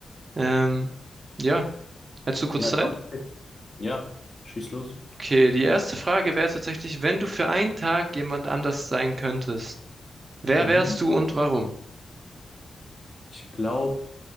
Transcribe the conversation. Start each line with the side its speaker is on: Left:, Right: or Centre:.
Right: Ähm, ja, hättest du kurz
Left: Ja,
Right: Zeit?
Left: komm. Ja, schieß los.
Right: Okay, die erste Frage wäre tatsächlich, wenn du für einen Tag jemand anders sein könntest, wer
Left: Mhm.
Right: wärst du und warum?
Left: Ich glaube,